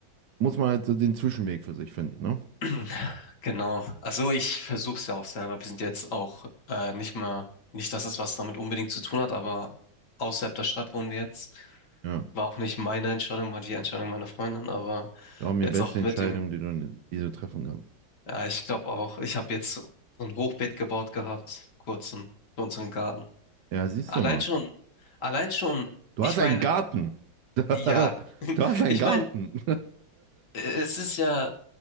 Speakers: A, on the right; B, on the left.
A: muss man halt so den Zwischenweg für sich finden, ne?
B: <clears throat> Genau. Also ich versuche es ja auch selber. Wir sind jetzt auch äh, nicht mal, nicht, dass es was damit unbedingt zu tun hat, aber außerhalb der Stadt wohnen wir jetzt.
A: Ja,
B: War auch nicht meine Entscheidung, war die Entscheidung meiner Freundin, aber
A: glaub mir,
B: jetzt
A: beste
B: auch
A: Entscheidung,
B: mit dem,
A: die du, die du treffen kannst.
B: ja, ich glaube auch, ich habe jetzt so ein Hochbeet gebaut gehabt, kurz in, für unseren Garten.
A: Ja, siehst
B: Allein
A: du mal,
B: schon, allein schon,
A: du
B: ich
A: hast
B: meine,
A: einen Garten. <laughs>
B: ja,
A: Du hast einen
B: ich
A: Garten.
B: meine, es ist ja,